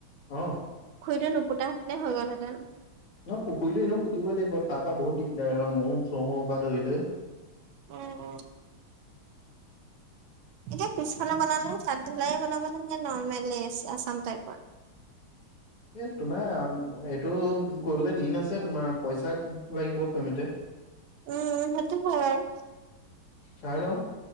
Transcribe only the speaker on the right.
পুখুুৰীটো নুপুতাহেতেনে হৈ গল হেতেন।
উম, উম, এতিয়া পিছফালে বনালে চাঁত ধালায় বনাবানে নে নৰ্মলে আচাম টাইপৰ।
উম, সেইটো হয় বাৰু।